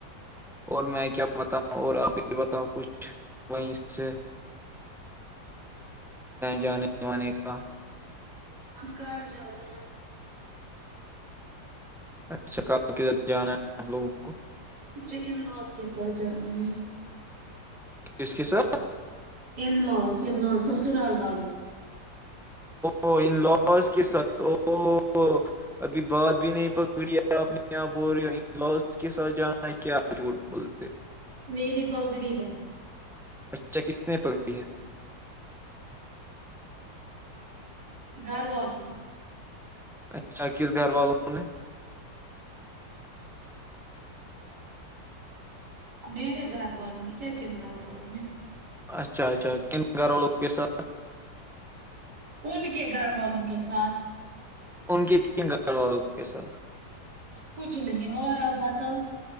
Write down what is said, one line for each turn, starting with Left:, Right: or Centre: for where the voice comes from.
Centre: اور میں کیا بتاؤں اور آپ بھی بتاؤں کچھ وہیں سے جانےانے کا
Right: ہم کل جا د ہیں
Centre: اچھا کل کدھر جانا ہے ہم لوگوں کو
Right: مجھے ان لوز کے ساتھ جانا ہے
Centre: کس کی سر
Right: ان لوز ان لوز سسرال والے
Centre: او ان لوز کی س <inaudible> ابھی بات بھی نہیں پکڑی آپ نے یہاں بی کے ساتھ جانا ہے کیا جھوٹ بولتے ہو <inaudible>
Right: میری پگڑی ہے
Centre: اچھا کس نے پکڑی ہے <inaudible>
Right: گھر والول نہیں <unintelligible>
Centre: اچھا کس گھر والوں نے
Right: میرے گھر والوں نے کیا کن گھر والوں نے
Centre: اچھا اچھا کن گھر وال لگ کے سات <inaudible>
Right: ان کے گھر والوں کے ساتھ
Centre: ان کی ک گو اوے سر <inaudible>
Right: کچھ نہیں اور آپ بتاؤ